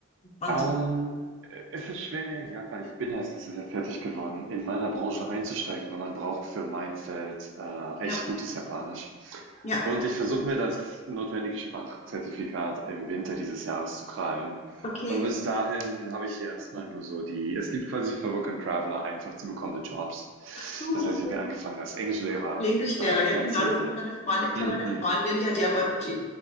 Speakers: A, on the left (about 35°); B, on the right (about 70°).
A: fangen
B: Ähm,
A: wir's-
B: äh, es ist schwer in Japan. Ich bin ja erst letztes Jahr fertig geworden, in meiner Branche einzusteigen, weil man braucht für mein Feld äh, echt
A: Ja,
B: gutes Japanisch.
A: ja,
B: Und ich versuche mir das notwendige Sprachzertifikat im Winter dieses Jahres zu krallen.
A: okay.
B: Aber bis dahin habe ich hier erstmal nur so die, es gibt quasi für Work and Traveler einfach zu bekommende Jobs.
A: So
B: Das heißt,
A: schön.
B: ich habe angefangen als Englischlehrer,
A: Englischlehrer,
B: äh,
A: ja
B: ganz
A: genau,
B: simpel.
A: das hat meine Freundin. Ich
B: Mm,
A: habe eine Freundin,
B: mm,
A: die hat Japanologie